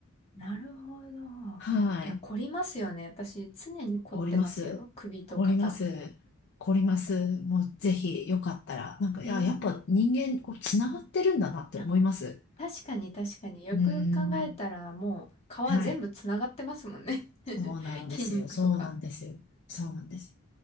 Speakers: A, on the left (about 30°); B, on the left (about 50°).
A: なるほど。
B: はい。
A: いや、凝りますよね。私、常に凝ってますよ。
B: おります。
A: 首と肩。
B: おります。おります。もうぜひよかったら。なんか、
A: え
B: いや、やっぱ人間こうつながってるんだなって思います。
A: えあ、確かに確かに。よくよく考えたら、
B: うーん。
A: もう、
B: はい。
A: 皮全部つながってますもんね。<laughs>
B: そうなんですよ。
A: 筋肉とか。
B: そうなんですよ。そうなんです。